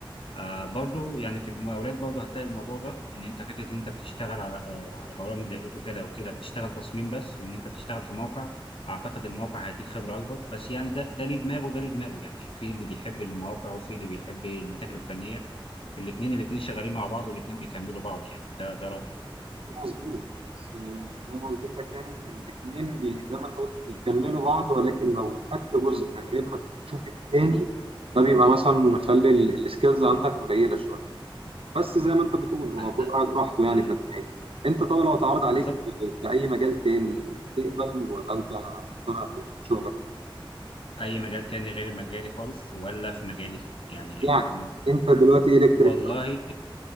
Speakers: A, on the left; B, on the right.
A: آه برضو يعني في المقاولات برضو هتلاقي الموضوع ده ان انت فكره ان انت بتشتغل على آه على برامج زي الاوتوكاد او كده بتشتغل تصميم بس وان انت بتشتغل في موقع اعتقد الموقع هيديك خبره اكبر بس يعني ده ده ليه دماغه وده ليه دماغه يعني في اللي بيحب المواقع وفي اللي بيحب المكاتب الفنيه الاثنين الاثنين شغالين مع بعض والاثنين بيكملوا بعض يعني ده ده رايي
B: ده مظبوط بس آه، زي ما قلت لك يعني الاثنين بي زي ما انت قلت بيكملوا بعض ولكن لو خدت جزء من غير ما تشوف التاني ده بيبقى مثلا مخلي ال- السكيلز عندك قليلة شوية بس زي ما انت بتقول هو
A: انا
B: كل واحد راحته يعني
A: امم
B: في الحاجة انت طب لو اتعرض عليك
A: بالظبط
B: في في اي مجال تاني هتقبل ولا انت مقتنع بشغلك؟
A: اي مجال تاني غير مجالي خالص ولا في مجالي يعني
B: يعني
A: مم.
B: انت دلوقتي الكتريك
A: والله